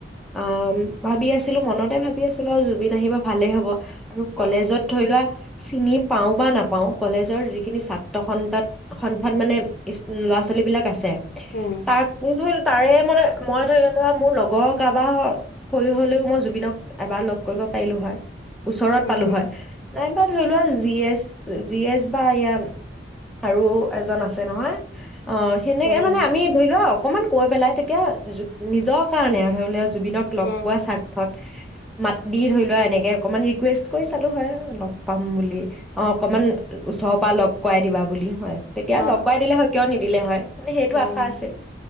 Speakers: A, in the centre; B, on the left.
A: অম', ভাবি আছিলো মনতে ভাবি আছিলো আৰু জুবিন আহিব ভালেই হ'ব আ
B: উম
A: কলেজত থৈ লোৱা চিনি পাওঁ বা নাপাওঁ কলেজৰ যিখিনি ছাত্ৰ সন্তাত সন্থাত মানে ইচ ল'ৰা ছোৱালীবিলাক আছে
B: উম
A: তাক <unintelligible> পাৰে মানে মই ধৰি লোৱা মোৰ লগৰ কাৰবাৰ অ', কৰি হ'লেও মই জুবিনক এবাৰ লগ কৰিব পাৰিলো হয় ওচ পালো
B: উম
A: হয় নাইবা ধৰি লোৱা জি এছ জি এছ বা এয়া আৰু এজন আছে নহয় অঁ', সেনেকে
B: উম
A: মানে আমি ধৰি লওঁক অকমান কৈ পেলাই তেতিয়া জু নিজৰ কাৰণে ধৰি লো <unintelligible> জুবিনক লগ
B: উম
A: পোৱা স্বাৰ্থত মাত দি ধৰি লোৱা এনেকে অকমান ৰিকুৱেষ্ট কৰি চালো হয় আৰু লগ পাম বুলি অ', অকমান ওচৰৰ পৰা লগ কৰাই দিবা বুলি হয় তেতিয়া
B: হা
A: লগ কৰাই দিলে হয় কিয় নিদিলে হয় মানে সেইটো
B: উম
A: আশা আছিল।